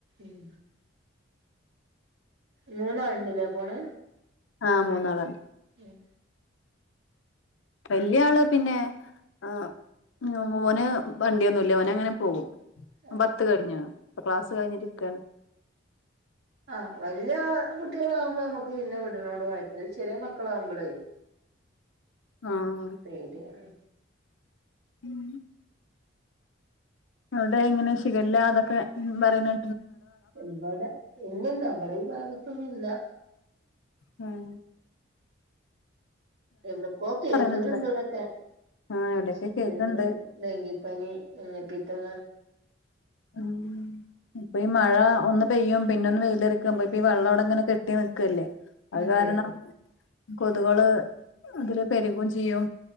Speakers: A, on the right; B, on the left.
A: ഉം മൂന്ന് ആളുണ്ടല്ലേ പോണേ
B: ആഹ മൂന്നാളുണ്ട്
A: ഉം
B: വല്യ ആള് പിന്നെ ആ ഉ ഓന് വണ്ടിയൊന്നുമല്ല ഓന് അങ്ങനെ പോകും
A: ആ ആ
B: പത്ത് കഴിഞ്ഞ ഇപ്പൊ ക്ലാസ് കഴിഞ്ഞിട്ടിരിക്കയാണ്
A: ആഹ് വല്യ കുട്ടികളാകുമ്പോ നമ്മുക്ക് പിന്നെ പ്രായത്തില് ചെറിയ മക്കളാവുമ്പളേ
B: ആഹ്
A: പേടിയാണ്
B: ഉം അവിടെ ഇങ്ങനെ ഷിഗല്ല അതൊക്കെ പറയന്
A: ഇവിടെ ഇല്ലല്ല നമ്മടെ ഈ ഭാഗത്തൊന്നും ഇല്ല
B: ഹം
A: എവിടക്കോ കേൾക്കുന്നുണ്ട്
B: പറയണിട്ടില്ല
A: ഇതൊക്കെ
B: ആ ഇവിടെയൊക്കെ
A: ഇതെന്നെ
B: കേക്കണ്ട്
A: പിന്നെ ഡങ്കിപ്പനി മഞ്ഞപ്പത്ത
B: ആം ഇപ്പൊ ഈ മഴ ഒന്ന് പെയ്യും പിന്നൊന്ന് വെയിലെറക്കും ഇപ്പൊ ഈ വെള്ളം അവിടെ ഇങ്ങനെ കെട്ടി നിക്കല്ലേ അത്
A: അതെ
B: കാരണം കൊതുകള് അതില് പെരുകയും ചെയ്യും